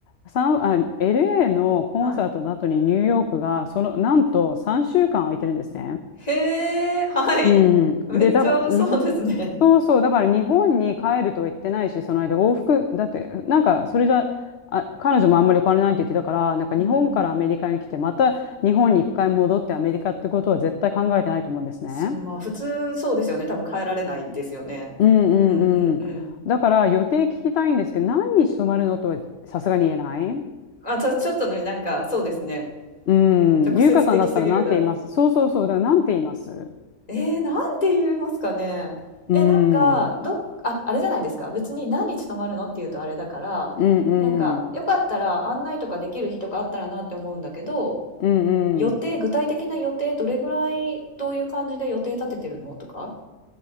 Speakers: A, on the left (about 55°); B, on the left (about 25°).
A: 三あ、LA のコンサートの後にニューヨークが、
B: はい。
A: その、なんと3週間空いてるんですね。
B: へえ、はい。
A: うん。
B: めっちゃそうですね。
A: で、だから、日本、そうそう、だから日本に帰るとは言ってないし、その間往復、だって、なんか、それじゃ、あ、彼女もあんまりお金ないって言ってたから、なんか日本からアメリカに来て、
B: うんうん。
A: また日本に一回戻ってアメリカってことは絶対考えてないと思うんですね。
B: すまあ、普通そうですよね。多分変えられないですよね。
A: うんうんうん。
B: うんうんうん。
A: だから予定聞きたいんですけど、何日泊まるのとはさすがに言えない。
B: あ、ちょ、ちょっとね、なんかそうですね。
A: うん。
B: 直接的すぎる。
A: ゆうかさんだったら何て言いますそうそうそう。
B: だ
A: だから何て言います
B: えー、なんて言いますかね。
A: うん。
B: え、なんか、
A: うん
B: どあ、あれじゃないですか。別に何日泊まるのって言うとあれだから、
A: うん。
B: なんか、よかったら案内とかできる日とかあったらなって思うんだけど、
A: うんうん。
B: 予定、具体的な予定、どれぐらい、どういう感じで予定立ててるのとか、